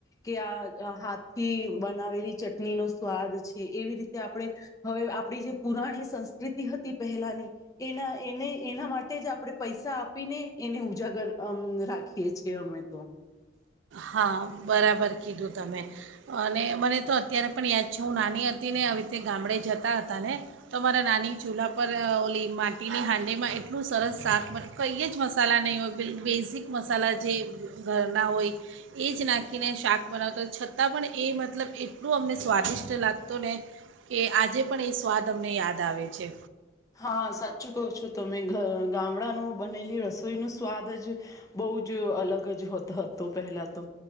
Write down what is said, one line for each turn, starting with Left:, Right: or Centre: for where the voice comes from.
Left: કે આ હા થી બનાવેલી ચટણી નો સ્વાદ છે. એવી રીતે આપણે હવે જે પુરાણી સંસ્કૃતિ હતી, પહેલાની એના એને એના માટે જ, આપણે પૈસા આપીને એને ઉ જગર અમ રાખીએ છીએ. અમે તો
Right: હા બરાબર કીધું. તમે અને મને તો અત્યારે પણ યાદ છે હું નાની હતી ને આવી રીતે ગામડે જતા હતા ને તો મારા નાની ચૂલાા પર ઓલી માટીની હાંડીમાં એટલું સરસ શાક કંઈ જ મસાલા નહીં હોય બેઝિક મસાલા જે ઘરના હોય એ જ નાખીને શાક બનાવતા હોય છતાં પણ એ મતલબ એટલું અમને સ્વાદિષ્ટ લાગતું ને. કે આજે પણ એ સ્વાદ અમને યાદ આવે છે.
Left: હા સાચું કહો છો તમે ગામડાનું બનેલી રસોઈ ન સ્વાદ જ બહુ જ અલગ જ હતો પહેલા તો.